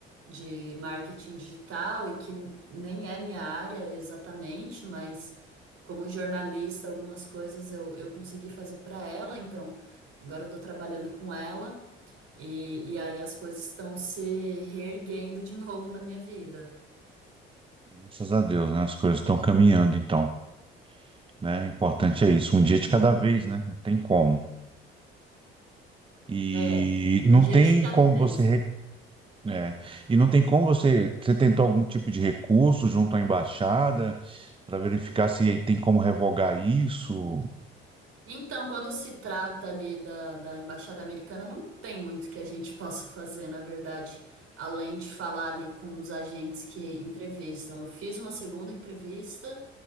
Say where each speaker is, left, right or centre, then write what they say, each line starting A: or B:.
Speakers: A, on the right; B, on the right.
A: de marketing digital e que nem é minha área exatamente, mas como jornalista, algumas coisas eu, eu consegui fazer para ela, então agora eu estou trabalhando com ela e, e aí as coisas estão se reerguendo de <laughs> novo na minha vida.
B: Graças a Deus, né? As coisas estão caminhando, então, né? O importante é isso, um dia de cada vez, né? Não tem como. E
A: É, um
B: não
A: dia
B: tem
A: de cada
B: como
A: vez.
B: você, re- é, e não tem como você, você tentou algum tipo de recurso junto à embaixada para verificar se tem como revogar isso
A: Então, quando se trata ali da, da Embaixada Americana, não tem muito que a gente <laughs> possa fazer, na verdade, além de falar ali com os agentes que entrevistam. Eu fiz uma segunda entrevista,